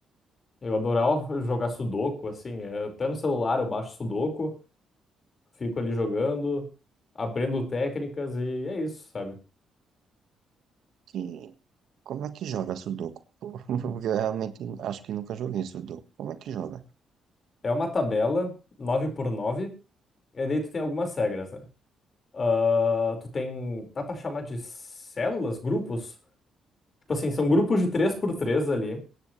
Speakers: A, on the left (about 40°); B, on the right (about 75°).
A: Eu adorava jogar Sudoku, assim, eh, até no celular eu baixo Sudoku, fico ali jogando, aprendo técnicas e é isso, sabe?
B: Que como é que joga Sudoku? <laughs> Eu realmente acho que nunca joguei Sudoku. Como é que joga?
A: É uma tabela nove por nove e daí tu tem algumas regras, né? Ah, tu tem, dá pra chamar de células, grupos? Tipo assim, são grupos de 3 por 3 ali,